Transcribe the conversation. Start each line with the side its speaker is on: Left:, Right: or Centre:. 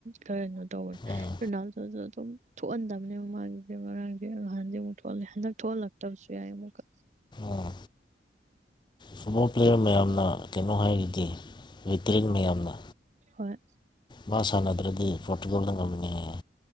Right: ꯀꯩꯅꯣ ꯇꯧꯕꯅꯦ
Left: ꯎꯝ
Right: ꯔꯣꯅꯥꯜꯗꯣꯗ ꯑꯗꯨꯝ ꯊꯣꯛꯍꯟꯗꯕꯅꯦ ꯃꯥꯒꯤꯁꯦ ꯃꯔꯥꯡꯁꯦ ꯅꯍꯥꯟꯗꯤ ꯑꯃꯨꯛ ꯊꯣꯛꯍꯜꯂꯦ ꯍꯟꯗꯛ ꯊꯣꯛꯍꯜꯂꯛꯇꯕꯁꯨ ꯌꯥꯏ ꯑꯃꯨꯛꯀ
Left: ꯎꯝ ꯐꯨꯠꯕꯣꯜ ꯄ꯭ꯂꯦꯌꯔ ꯃꯌꯥꯝꯅ ꯀꯩꯅꯣ ꯍꯥꯏꯔꯗꯤ ꯇꯔꯤꯛ ꯃꯌꯥꯝꯅ
Right: ꯍꯣꯏ
Left: ꯃꯥ ꯁꯥꯟꯅꯗ꯭ꯔꯗꯤ ꯄꯣꯔꯇꯨꯒꯜꯗ ꯉꯝꯃꯤꯟꯅꯉꯦ